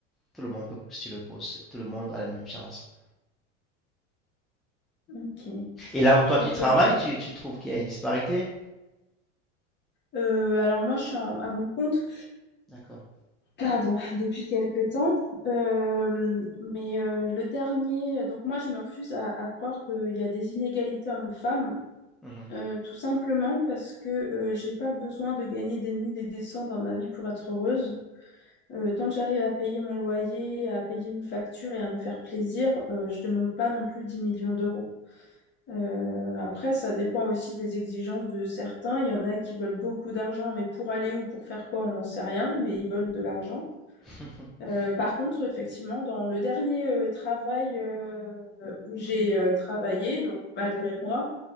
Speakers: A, in the centre; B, on the left (about 30°).
A: Tout le monde peut postuler le poste. Tout le monde a les mêmes chances.
B: ok.
A: Et là où toi,
B: Je trouve
A: tu travailles,
B: que c'est-
A: tu, tu trouves qu'il y a une disparité?
B: euh, alors moi je suis en- à mon compte,
A: D'accord.
B: pardon, <laughs> depuis quelque temps, Euh, mais euh, le dernier, donc moi je me refuse à, à croire qu'il y a des inégalités hommes-femmes.
A: Mhm.
B: Euh, tout simplement parce que euh, j'ai pas besoin de gagner des 1000 et des 100 dans ma vie pour être heureuse. Euh, tant que j'arrive à payer mon loyer, à payer mes factures et à me faire plaisir, euh, je demande pas non plus 10 millions d'euros. Euh, après, ça dépend aussi des exigences de certains. Il y en a qui veulent beaucoup d'argent, mais pour aller où, pour faire quoi, on n'en sait rien, mais ils veulent de l'argent.
A: <laughs>
B: Euh, par contre, effectivement, dans le dernier euh, travail euh, où j'ai euh, travaillé, donc malgré moi,